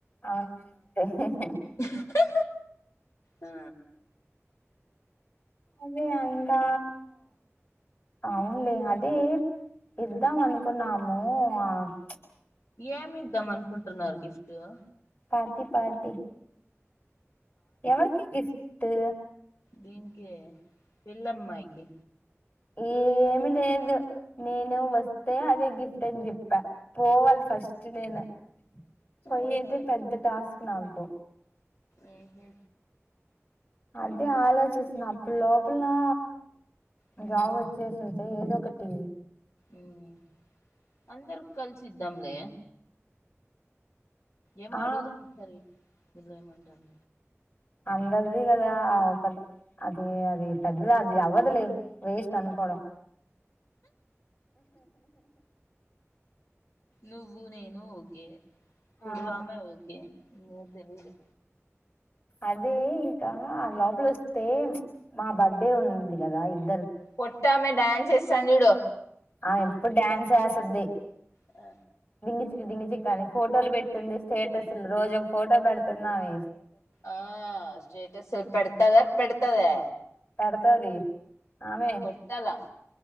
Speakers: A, on the left (about 40°); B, on the left (about 70°).
A: అవునంట
B: ఆ ఆ
A: అదే ఇంకా అవునులే అదే ఇద్దాం అనుకున్నాము ఆ ప్చ్
B: ఏమిద్దాం అనుకుంటున్నారు గిఫ్ ద
A: పార్టీ పార్టీ ఎవరికి గిఫ్టు
B: దీనికే పెళ్ళమ్మాయికి
A: హ్మ్ ఏమి లేదు నేను వస్తే అదే గిఫ్ట్ అని చెప్పా పోవాలి ఫస్ట్ నేను పొయ్యేదే
B: ఆహా
A: పెద్ద టాస్క్ నాకు
B: ఊహూ
A: అదే ఆలోచిస్తున్న ఇప్పుడు లోపలా
B: మ్మ్
A: జాబు వచ్చేసేది ఏదోకటి
B: అ అందరు కలిసిద్దాంలే ఏమో
A: ఆ
B: అడుగుదాం విలయమంటలు
A: అందరిది కదా ఒక అది అది పెద్దది అది అవ్వదులే వేస్ట్ అనుకోవడం.
B: నువ్వు నేను ఒకే పొడువామె
A: ఆ
B: ఓకే ఏం తెలిదు
A: అదే ఇంకా ఆ లోపల వస్తే మా బర్త్డే ఉంది కదా ఇది
B: పొట్ట ఆమె డ్యాన్స్ చేస్ వచ్చాను జూడు
A: అ ఎప్పుడు డ్యాన్స్ ఏస్ సద్ది
B: ఆ
A: డింగిచిక్, డింగిచిక్ అని ఫోటోలు పెడుతుంది స్టేటస్లు రోజు ఒక ఫోటో పెడుతుంది ఆమే
B: ఆ స్టేటస్సులు పెడతదా, పెడతదా
A: పెడతది ఆమె
B: కొట్టాల